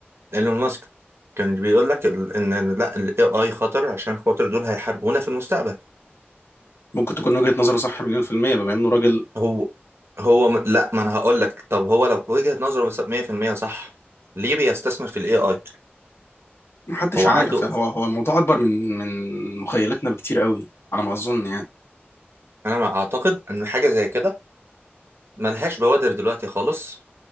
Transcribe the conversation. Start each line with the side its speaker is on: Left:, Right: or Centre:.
Right: ايلون ماسك كان بيقول لك ال- ان لا الاي اي خطر عشان خاطر دول هيحاربونا في المستقبل
Left: ممكن تكون وجهة نظره صح مليون في المية بما انه راجل
Right: هو هو م- لا ما انا هقول لك طب هو لو وجهه نظره 100% صح ليه بيستثمر في الاي اي
Left: محدش
Right: هو
Left: عارف
Right: عنده
Left: هو هو الموضوع اكبر من من مخيلتنا بكتير قوي على ما اظن يعني
Right: انا ما اعتقد ان حاجه زي كده ملهاش بوادر دلوقتي خالص